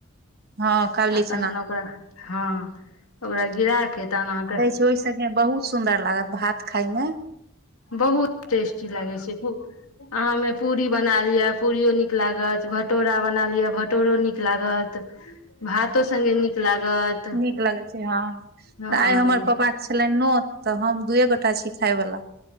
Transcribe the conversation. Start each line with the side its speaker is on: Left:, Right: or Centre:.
Right: हँ काबली
Left: आ
Right: चना
Left: तखन ओकरा हँ। ओकरा गिरा के तहन अहाँके
Right: ओइ संगे बहुत सुन्दर लागत भात खाय में।
Left: बहुत टेस्टी लागै छै अहाँ ओइमे पूरी बना लिअ, पूरियो नीक लागत भटोरा बना लिअ, भटोरो नीक लागत। भातो संगे नीक लागत।
Right: नीक लगै छै हँ
Left: हँ
Right: तऽ आइ हमर पप्पा छलनि नोत तऽ हम दूए गोटा छी खाय बला,